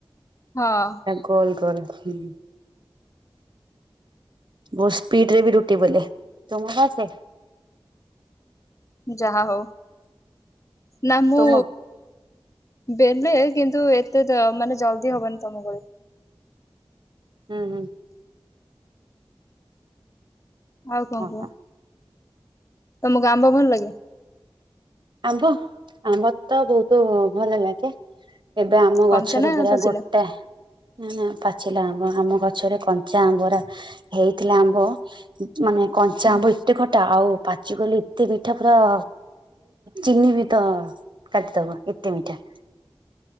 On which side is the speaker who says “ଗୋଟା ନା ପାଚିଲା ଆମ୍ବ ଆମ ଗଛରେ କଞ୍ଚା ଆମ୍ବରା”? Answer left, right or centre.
Right